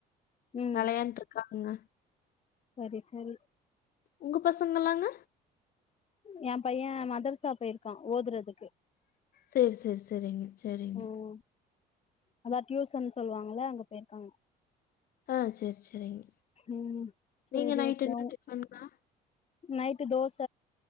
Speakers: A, on the left; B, on the left.
A: ம்
B: வெளையான்ட்டு இருக்காங்க
A: சரி சரி
B: உங்க பசங்கல்லாங்க
A: ஏ பைய மதர்ஸ் ஸா‌ போயிருக்கா ஓதுறதுக்கு
B: சேரி சேரி சேரிங்க சேரிங்க
A: ம் அதா டியூசன்னு சொல்லுவாங்கல்ல அங்க போயிருக்காங்க
B: ஆ சேரி சேரிங்க
A: ம் சரி
B: நீங்க நைட்டு
A: ஓகே
B: என்ன டிஃபன்க்கா
A: நைட்டு தோச